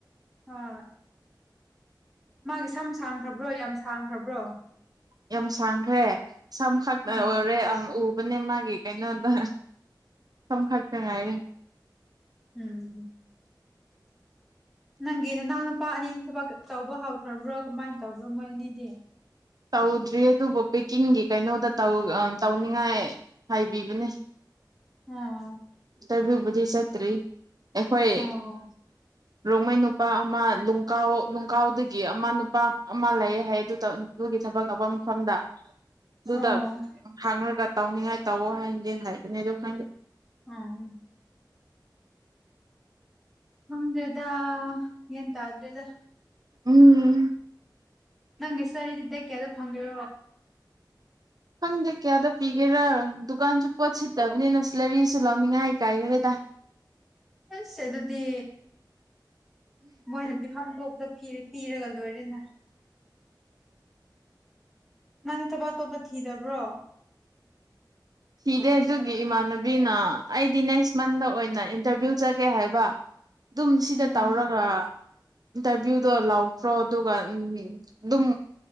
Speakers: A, in the centre; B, on the right (about 55°).
A: ꯑꯥ ꯃꯥꯒꯤ ꯁꯝ ꯁꯥꯡꯈ꯭ꯔꯕ꯭ꯔꯣ ꯌꯥꯝ ꯁꯥꯡꯈ꯭ꯔꯕ꯭ꯔꯣ
B: ꯌꯥꯝ ꯁꯥꯡꯈ꯭ꯔꯦ ꯁꯝꯈꯛ
A: ꯎꯝ
B: ꯑꯣꯏꯔꯦ ꯎ ꯅꯦ ꯃꯥꯒꯤꯦ ꯀꯩꯅꯣꯗ ꯁꯝ ꯈꯔ ꯆ ꯉꯥꯏꯔꯦ
A: ꯎꯝ ꯅꯪꯦꯅꯦ ꯅ ꯄꯥ ꯑꯅꯤ ꯊꯕꯛ ꯇꯧꯕ ꯍꯧꯥꯎ ꯐ꯭ꯔꯔꯕ꯭ꯔꯣ ꯀꯃꯥꯏ ꯇꯕ꯭ꯔꯣ ꯃꯣꯏꯅꯦꯗꯤ
B: ꯇꯧꯗ꯭ꯔꯤ ꯑꯗꯨꯕꯨ ꯄꯦꯛꯀꯤꯡꯒꯤ ꯀꯩꯅꯣꯗ ꯇꯧꯅꯤꯡꯉꯥꯏ ꯍꯥꯏꯕꯤꯕꯅꯦ
A: ꯑꯥ
B: ꯔ ꯎꯕꯨꯗꯤꯁꯇꯔꯤ ꯑꯩꯈꯣꯏ
A: ꯑꯣ
B: ꯔꯣꯡꯃꯨ ꯅꯨꯄꯥ ꯑꯃ ꯂꯀꯥꯎ ꯂꯅꯨꯡꯀꯥꯎꯗꯒꯤ ꯑꯃ ꯅꯨꯄꯥ ꯑꯃ ꯂꯩꯌꯦ ꯍꯥꯏ ꯊꯕꯛ ꯂꯧꯕ ꯃꯇꯝꯗ ꯑꯗꯨꯗ
A: ꯑꯣ
B: ꯍꯥꯡꯉꯒ ꯇꯧꯅꯤꯡꯉꯥꯏ ꯇꯧꯑꯣ ꯍꯥꯏꯅꯗꯤꯦ ꯍꯥꯏꯕꯅꯦ ꯑꯗꯣ ꯈꯪꯗꯦ
A: ꯎꯝ ꯅꯗ꯭ꯔꯗ ꯌꯦ ꯇ ꯑꯗꯨꯗ꯭ꯔꯦꯗ
B: ꯎꯝ
A: ꯅꯪꯁꯔꯤꯗꯗ ꯀꯦꯗꯣ ꯐꯪꯒꯣ
B: ꯍꯪꯗꯦ ꯀꯌꯥꯗ ꯄꯤꯒꯦꯔꯥ ꯗꯨꯀꯥꯟꯁꯨ ꯄꯣꯠ ꯁꯤꯠꯇꯕꯅꯤꯅ ꯁꯤꯂꯔꯤꯁꯨ ꯂꯧꯅꯤꯡꯉꯥꯏ ꯀꯥꯏꯈꯔꯦꯗ
A: ꯑꯁꯦ ꯑꯗꯨꯗꯤ ꯃꯣꯏꯅ ꯄꯤꯐꯝ ꯊꯣꯛꯇ ꯐꯔ ꯇꯤꯔꯒꯜ ꯑꯣꯏꯔꯅ ꯅꯪꯒꯤ ꯊꯕꯛ ꯑꯇꯣꯞꯄ ꯊꯤꯗꯕ꯭ꯔꯣ
B: ꯁꯤꯤꯗꯦ ꯑꯗꯨꯒꯤ ꯏꯃꯥꯟꯅꯕꯤꯅ ꯑꯩꯗꯤ ꯅꯦꯛꯁ ꯃꯟꯗ ꯑꯣꯏꯅ ꯏꯟꯇꯔꯚꯤꯌꯨ ꯆꯒꯦ ꯍꯥꯏꯕ ꯑꯗꯨꯝ ꯁꯤꯗ
A: ꯎꯝ
B: ꯇꯧꯔꯒ ꯏꯟꯇꯔꯚꯤꯌꯨꯗꯣ ꯂꯥꯎꯈ꯭ꯔꯣ ꯑꯗꯨꯒ ꯑꯗꯨꯝ